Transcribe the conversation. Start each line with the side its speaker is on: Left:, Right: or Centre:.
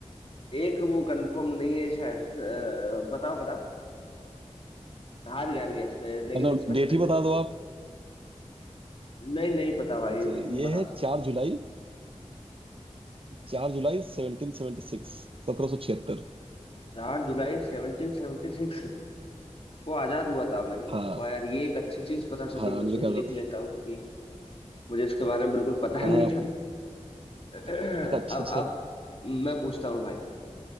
Left: एक वो कंफर्म नहीं है शायद अ, बताओ बताओ हार गया हार गया इसमें लेकिन
Right: मतलब
Left: स्पेसिफिक
Right: डेट ही बता
Left: नहीं पता
Right: दो आप
Left: नहीं नहीं पता भाई
Right: अच्छा
Left: तुम
Right: ये
Left: बताओ
Right: है चार जुलाई चार जुलाई सेवनटीन सेवेंटी सिक्स सत्रह सौ छिहत्तर
Left: चार जुलाई सेवनटीन सेवेंटी सिक्स को आजाद हुआ था अमेरिका
Right: हाँ
Left: वाह यार ये एक अच्छी चीज पता चली
Right: हाँ
Left: मेरे
Right: अमेरिका
Left: को ये लिख
Right: का था।
Left: लेता हूँ क्योंकि मुझे इसके बारे में बिल्कुल पता
Right: हाँ
Left: नहीं
Right: हाँ, आप-
Left: था <clears throat>
Right: <laughs> अच्छा
Left: अब
Right: अच्छा
Left: अब मैं पूछता हूँ भाई